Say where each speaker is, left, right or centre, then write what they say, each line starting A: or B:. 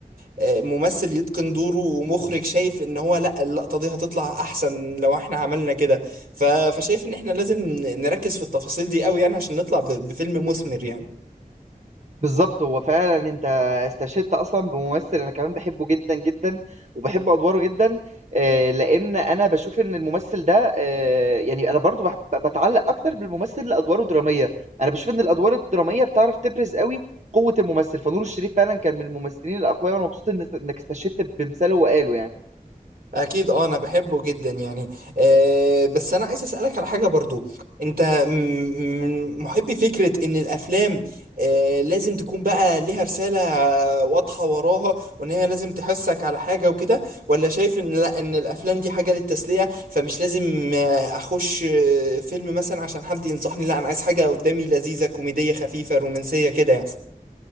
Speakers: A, on the right; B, on the right.
A: آه، ممثل يتقن دوره ومخرج شايف ان هو لا اللقطة دي هتطلع احسن لو احنا عملنا كده ف- فشايف ان احنا لازم نركز في التفاصيل دي قوي يعني عشان نطلع ب- بفيلم مثمر يعني
B: بالظبط هو فعلا انت استشهدت اصلا بممثل انا كمان بحبه جدا جدا وبحب ادواره جدا آه، لان انا بشوف ان الممثل ده آه، يعني انا برضو بح- بتعلق اكتر بالممثل لادواره دراميه انا بشوف ان الادوار الدراميه بتعرف تبرز قوي قوه الممثل فنور الشريف فعلا كان من الممثلين الاقوياء وانا مبسوط إن- انك استشهدت بمثاله وقاله يعني
A: اكيد اه انا بحبه جدا يعني أه بس انا عايز اسالك على حاجه برضو انت م- من محبي فكره ان الافلام أه لازم تكون بقى ليها رساله واضحه وراها وان هي لازم تحسك على حاجه وكده ولا شايف ان لا ان الافلام دي حاجه للتسليه فمش لازم آه، اخش آه، فيلم مثلا عشان حد ينصحني لا انا عايز حاجه قدامي لذيذه كوميديه خفيفه رومانسيه كده يعني